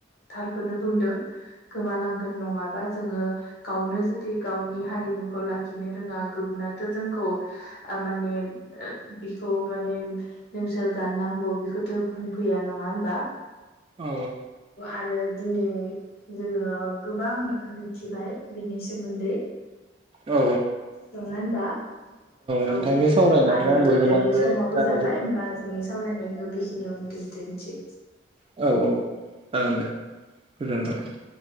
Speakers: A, on the left; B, on the right.
A: थारखोनो बुंदों। गोमालांगोन नङाबा जोङो गावनो जुदि गावनि हारिमुखौ लाखिनो रोङा गो बुनाथ जोंखौ माने बिखौ मान नोंसोर गाननांगौ बेखौथ बुंफैया नङा होनबा
B: औ
A: आरो दिनै जोङो गोबां मिथिबाय बिनि सोमोन्दै।
B: औ
A: नङा होनबा?
B: नोंथांजों
A: औ
B: सावरायनानै
A: आरो
B: आंबो गोबां
A: दायो
B: बे
A: समाबो
B: गाननाय
A: जाबाय
B: जोमनाय
A: होमबा जोंनि सावरायनायखौ बेखिनियावनो दोनथनिसै।
B: औ औ जागोन दे गोजोनथों।